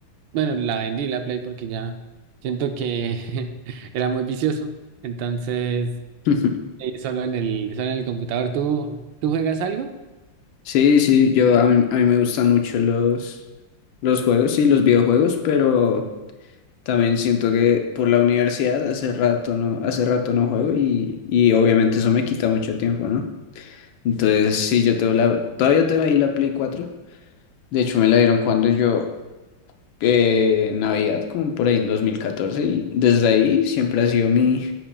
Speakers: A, on the right; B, on the left.
A: bueno, la vendí la Play porque ya siento que <laughs> era muy vicioso. Entonces,
B: <laughs>
A: eh, solo en el, solo en el computador. ¿Tú, tú juegas algo?
B: Sí, sí, yo a mí, a mí me gustan mucho los, los juegos y los videojuegos, pero también siento que por la universidad hace rato no, hace rato no juego y, y obviamente eso me quita mucho tiempo, ¿no? Entonces, sí, yo tengo la, todavía tengo ahí la Play cuatro. De hecho, me la dieron cuando yo, eh, Navidad, como por ahí en 2014 y desde ahí siempre ha sido mi,